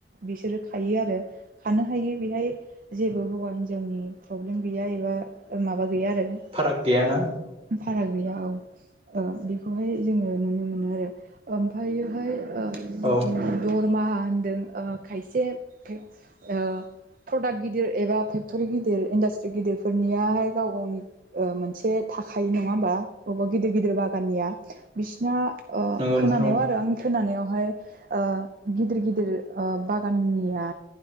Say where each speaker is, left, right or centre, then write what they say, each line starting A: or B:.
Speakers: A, on the right; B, on the right.
A: बिसोरो खायो आरो खानो हायो बेहाय जेबो हौवा हिन्जावनि प्रब्लेम गैया एबा माबा गैया आरो ना
B: फाराग गैयाना
A: फाराग गैया औ ओ बेखौहाय जोङो नुनो मोनो आरो ओमफायहाय ओ
B: औ-औ-औ-औ-औ
A: जिखुनु दरमाहा होनदों ओ खायसे ओ प्रडाक्ट गिदिर एबा फेक्टरि गिदिर इनडास्ट्रि गिदिर फोरनियाहाय गाव गावनि ओ मोनसे थाखायो नङा होमबा बबेबा गिदिर गिदिर बा दानिया बिसिना ओ
B: नंगौ
A: खोनानायाव
B: नोंथां
A: आरो आंनि खोनानायाव बेहाय ओ गिदिर गिदिर बागाननिया